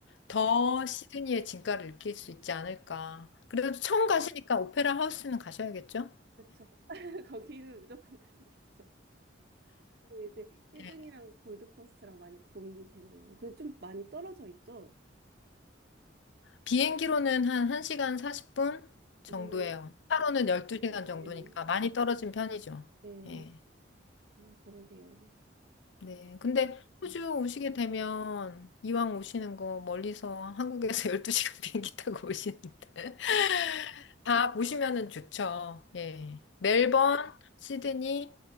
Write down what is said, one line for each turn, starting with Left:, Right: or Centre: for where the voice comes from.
Left: 더
Right: 네.
Left: 시드니의 진가를 느낄 수 있지 않을까. 그래도 처음 가시니까 오페라 하우스는 가셔야겠죠?
Right: 그쵸. <laughs> 거기는 무조건 가야겠죠. 근데 이제 시드니랑
Left: 예.
Right: 골드코스트랑 많이 고민이 되네요. 그리고 좀 많이 떨어져 있죠?
Left: 비행기로는 한 1시간 40분 정도예요.
Right: 음,
Left: 차로는 12시간
Right: 뭐네요.
Left: 정도니까 많이 떨어진 편이죠.
Right: 네,
Left: 예.
Right: 음, 그러게요.
Left: 네. 근데 호주
Right: 음,
Left: 오시게 되면 이왕 오시는 거 멀리서 한국에서 <laughs> 12시간 비행기 타고 오시는데 <laughs> 다 보시면은 좋죠. 예. 멜번, 시드니,